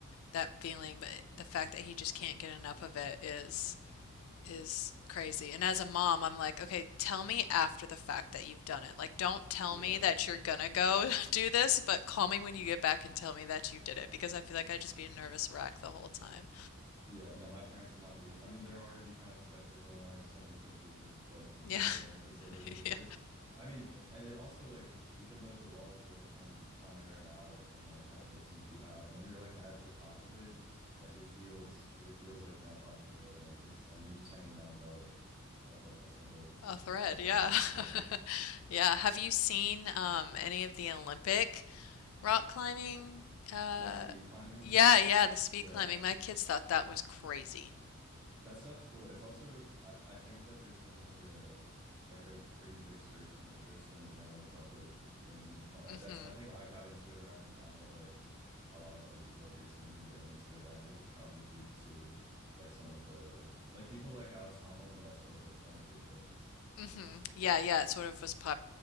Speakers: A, on the left; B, on the right.
A: that feeling, but the fact that he just can't get enough of it is is crazy. And as a mom, I'm like, okay, tell me after the fact that you've done it. Like, don't tell
B: Yeah.
A: me that you're gonna go <laughs> do this, but call me when you get back and tell me that you did it because I feel like I'd just be a nervous wreck the whole time.
B: Yeah. No, my parents would not be. I mean, they're already kind of skeptical when I send them pictures of like the
A: Yeah.
B: bouldering facility.
A: <laughs>
B: Cause
A: yeah.
B: I mean, i- and it also like, even though the walls that I'm climbing right now are only like 10 or 15 feet high, when you're like at the top of it, like it feels, it feels like you're on top of a building. It's, and you're just hanging on by like, a, like a single
A: A thread,
B: like hold.
A: yeah.
B: Yeah.
A: <laughs> Yeah. Have you seen um any of the Olympic rock climbing? Uh
B: Like speed climbing.
A: yeah, yeah, the speed
B: Yeah.
A: climbing. My kids thought that was crazy.
B: That stuff's cool. It's also I, I think that there's been like a like a pretty big surge of interest in the general public in cli- like
A: hmm
B: that's I think I got into it around the time that like a lot of other people have recently been getting into it and I think it's probably due to like some of the like people like Alex Honnold but also like Olympic presence.
A: hmm Yeah, yeah, it sort of was pop